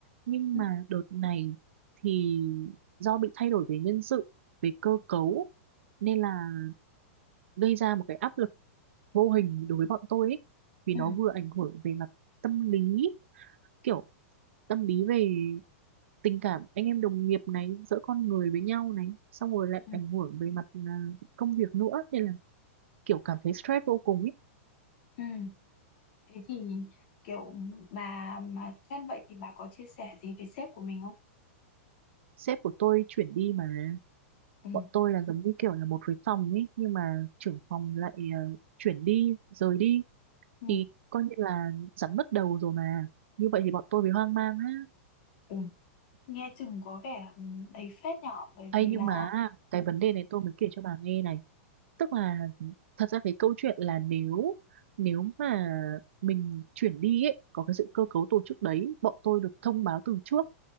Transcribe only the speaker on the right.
nhưng
mà đợt này thì do bị thay đổi về nhân sự về cơ cấu nên là gây ra một cái áp lực vô hình đối với bọn tôi ấy vì
nó vừa ảnh hưởng về mặt tâm lý kiểu tâm lý về tình cảm anh em đồng nghiệp này giữa con người với nhau này xong rồi lại
ảnh hưởng về mặt à, công việc nữa nên là kiểu cảm thấy stress vô cùng ấy
sếp của tôi chuyển đi mà
bọn tôi là giống như kiểu là một cái phòng ấy nhưng mà trưởng phòng lại à, chuyển đi rời đi
thì coi như là rắn mất đầu rồi mà như vậy thì bọn tôi bị hoang mang á
ấy
nhưng
mà cái vấn đề này tôi mới kể cho bà nghe này tức là thật ra cái câu chuyện là nếu nếu mà mình chuyển đi ấy có cái sự cơ cấu tổ chức đấy bọn tôi được thông báo từ trước